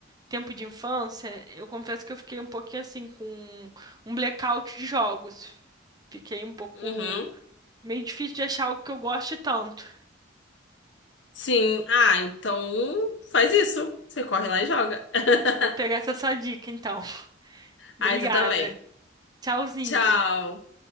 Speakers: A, on the right; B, on the left.
A: tempo de infância, eu confesso que eu fiquei um pouquinho assim, com um blackout de jogos. Fiquei um pouco
B: Uhum.
A: meio difícil de achar algo que eu goste tanto.
B: Sim, ah, então faz isso. Você corre lá e joga. <laughs>
A: Vou pegar essa sua dica, então. <laughs> Obrigada.
B: Ai, tu também.
A: Tchauzinho.
B: Tchau.